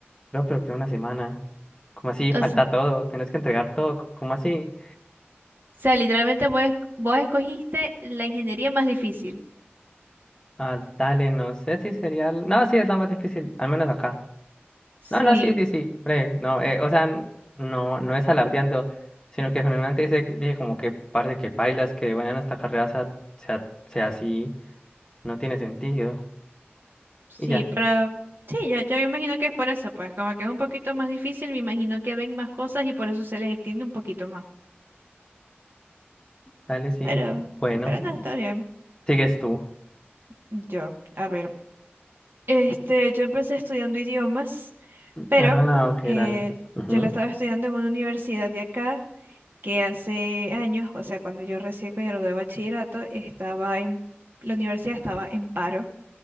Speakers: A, on the left; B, on the right.
A: No, pero que una semana. ¿Cómo así? Falta
B: O sea, o
A: todo. Tenés que entregar todo. c- ¿Cómo así?
B: sea, literalmente vos, esc- vos escogiste la ingeniería más difícil.
A: Ah, dale, no sé si sería. el- No, sí, es la más difícil, al menos acá.
B: Sí,
A: No, no, sí, sí, sí. Bre, no, eh, o sea, n- no, no es alardeando, sino que generalmente dice, dije como que parte que bailas, que bueno, nuestra carrera sea, sea, sea así, no tiene sentido.
B: sí,
A: Y ya,
B: pero sí, yo, yo imagino que es por eso, pues, como que es un poquito más difícil, me imagino que ven más cosas y por eso se les extiende un poquito más.
A: dale, sí.
B: Pero,
A: Bueno,
B: pero no, está bien.
A: sigues tú.
B: Yo, a ver. Este, yo empecé estudiando idiomas, pero
A: Ah, ok,
B: eh,
A: dale. Ujú,
B: yo la estaba estudiando en una universidad de acá que hace años, o sea, cuando yo recién me gradué de bachillerato, estaba en, la universidad estaba en paro,